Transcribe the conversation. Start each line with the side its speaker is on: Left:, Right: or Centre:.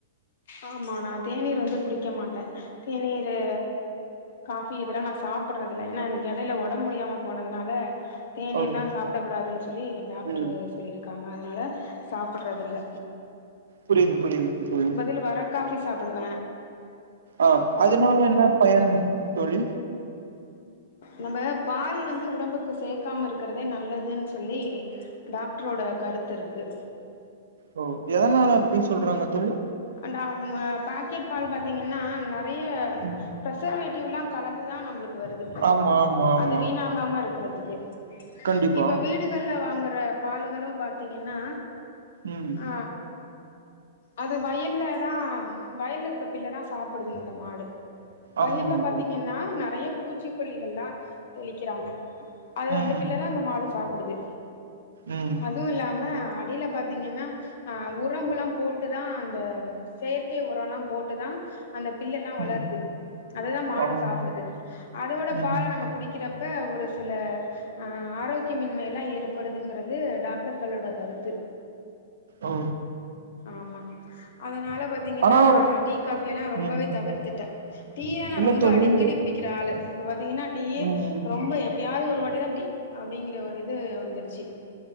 Left: ஆமா நா தேநீர் வந்து குடிக்க மாட்ட தேநீரு காஃபி இதெல்லா நா சாப்புட்றது இல்ல ஏன்னா எடைல எனக்கு ஒடம்ப் முடியாம போனதுனால தேநீர்லா
Right: ம்
Left: சாப்டக் கூடாதுன் சொல்லி ஏ டாக்ட்ரு
Right: ம்
Left: சொல்லிருக்காங்க அதனால சாப்புட்றதுல்ல
Right: புரிய்து புரிய்து தோழி
Left: இல் வர காஃபி சாப்புடுவ
Right: அ அதுனால என்ன பயன் தோழி
Left: நம்ம பால் வந்து உடம்புக்கு சேக்காம இருக்குறதே நல்லதுன் சொல்லி டாக்ட்ரோட கருத்துருக்கு
Right: ஒ எதனால அப்டி சொல்றாங்க தோழி
Left: அண்ட் அவ் மு பாக்கெட் பால் பாத்தீங்கன்னா நறைய
Right: ம்
Left: பிரசர்வேட்டிவ்லா கலந்துதா நம்ப்ளுக் வருது
Right: ஆமா ஆமா ஆமா
Left: அது வீணா ஹாம இருக்குறதுக்கு
Right: கண்டிப்பா
Left: இப்ப வீடுகள்ல வாங்குற பாலுஹலு பாத்தீங்கனா
Right: ம்
Left: அ அது வயல்லே தா வயல்ல இருக்குற பில்ல தா சாப்புடுது இந்த மாடு வயல்ல
Right: ஆமா
Left: பாத்தீங்கன்னா
Right: தோழி
Left: நறைய பூச்சிக்கொல்லிகள்ல்லா தெளிக்கிறாங்க அதது
Right: ம்
Left: அந்த பில்ல தா அந்த மாடு சாப்புடுது
Right: ம்
Left: அதுவு இல்லாம அடில பாத் திங்கனா அ உரம்பல்லா போட்டுதா அந்த செயற்கை உரல்லா போட்டுதா அந்த பில் எல்லா வளருது
Right: ம்
Left: அததா மாடு
Right: ஆமா
Left: சாப்டுது அதோட
Right: ம்
Left: பால நம்ம குடிக் கிறப்ப ஒரு சில அ ஆரோக்கியமின்மைல்லா ஏற்படுதுங்குறது டாக்டர்களோட கருத்து
Right: ஒ
Left: ஆமா அதனால பாத்தீங்கன்னா
Right: ஆனா
Left: நா டீ காபி எல்லா ரொம்பவே
Right: ம்
Left: தவிர்த்துட்ட டீ யா நா
Right: இல்ல
Left: ரொம்ப
Right: தோழி
Left: அடிக்கடி குடிக்கிற ஆளு இப்ப பாத்தீங்கன்னா டீ யே
Right: ம்
Left: ரொம்ப எப் ப்யாது ஒரு வாட்டி தா டீ அப்டிங்கிற ஒரு இது வந்துடுச்சு